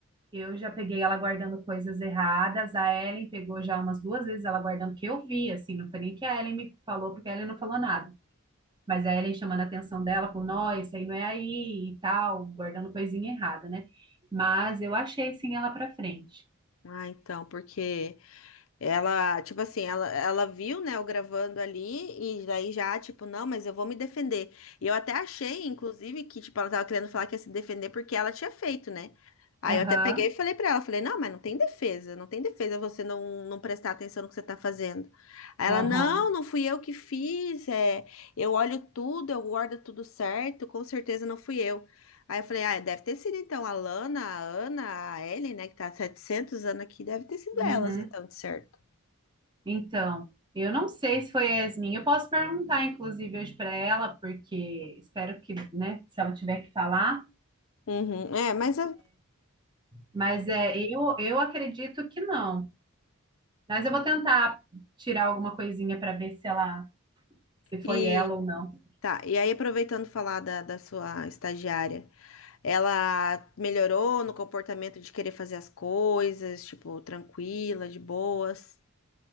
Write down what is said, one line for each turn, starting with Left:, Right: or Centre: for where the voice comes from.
Right: eu já peguei ela guardando coisas erradas. A Ellen pegou já umas duas vezes ela guardando que eu vi, assim, não foi nem que a Ellen me falou, porque a Ellen não falou nada. Mas a Ellen chamando a atenção dela, falou, não, isso aí não é aí e tal, guardando coisinha errada, né? Mas eu achei sim ela pra frente.
Left: Ah, então, porque. Ela, tipo assim, ela, ela viu, né, eu gravando ali, e daí já, tipo, não, mas eu vou me defender. E eu até achei, inclusive, que, tipo, ela tava querendo falar que ia se defender porque ela tinha feito, né? Aí
Right: Aham,
Left: eu até peguei e falei pra ela, falei, não, mas não tem defesa, não tem defesa você não, não prestar atenção no que você tá fazendo. Aí
Right: aham,
Left: ela, não, não fui eu que fiz, é, eu olho tudo, eu guardo tudo certo, com certeza não fui eu. Aí eu falei, ah, deve ter sido então a Lana, a Ana, a Ellen, né, que tá há 700 anos aqui, deve ter sido
Right: uhum.
Left: elas então, de certo.
Right: Então, eu não sei se foi a Yasmin. Eu posso perguntar, inclusive, hoje para ela, porque espero que, né, se ela tiver que falar.
Left: Uhum, é, mas é-
Right: Mas é, eu, eu acredito que não. Mas eu vou tentar tirar alguma coisinha para ver se ela, se foi
Left: e
Right: ela ou não.
Left: tá. E aí aproveitando falar da, da sua estagiária, ela melhorou no comportamento de querer fazer as coisas, tipo, tranquila, de boas.